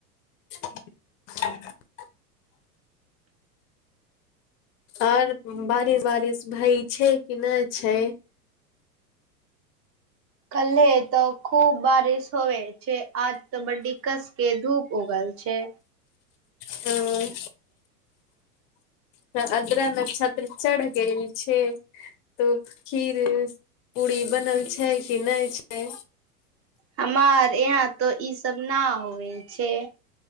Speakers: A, on the left; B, on the right.
A: <unintelligible> आर बारिश बारिश भै छै कि नहि छै
B: कल्ले त खूब बारिश होइ छै आज तऽ बड्डी कसके धूप उगल छै
A: हं त अद्रा नक्षत्र चढ़ गेय छै तो खीर पूरी बनल छै कि नहि छै
B: हमार यहाँ तोऽ ई सब न होेबे छै